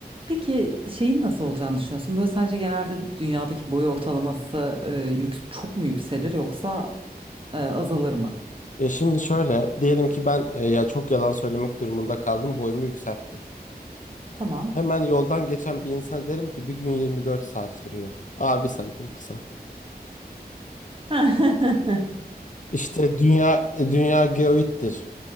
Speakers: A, on the right; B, on the left.
A: Peki şeyin nasıl olacağını düşünüyorsun? Böyle sence genelde dünyadaki boy ortalaması e, yük, çok mu yükselir yoksa e, azalır mı?
B: Ya şimdi şöyle diyelim ki ben e, ya çok yalan söylemek durumunda kaldım boyumu yükselttim.
A: Tamam.
B: Hemen yoldan geçen bir insan derim ki bir gün 24 saat sürüyor. Aa bir santim kısa.
A: <laughs>
B: İşte dünya e, dünya geoittir.